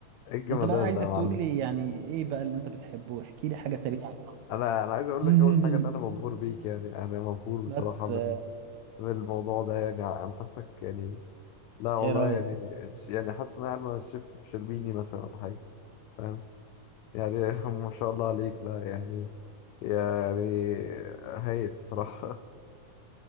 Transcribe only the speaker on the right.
انت بقى عايزك
تقول لي يعني ايه بقى اللي انت بتحبه احكي لي حاجة سريعة كده.
<laughs>
بس
آه
ايه رأيك